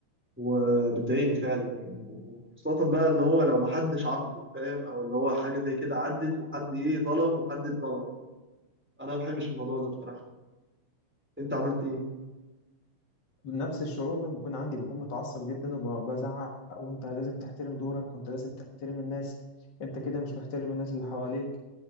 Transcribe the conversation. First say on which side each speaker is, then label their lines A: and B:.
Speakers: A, in the centre; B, on the left (about 45°).
A: وبتضايقني فعلا يعني وخصوصا بقى ان هو لو محدش عاقبه فاهم او اللي هو حاجه زي كده عدت وحد ايه ظلم وحد اتظلم انا ما بحبش الموضوع ده بصراحه انت عملت ايه
B: نفس الشعور بيكون عندي بكون متعصب جدا وبزعق وانت لازم تحترم دورك وانت لازم تحترم الناس انت كده مش محترم الناس اللي حواليك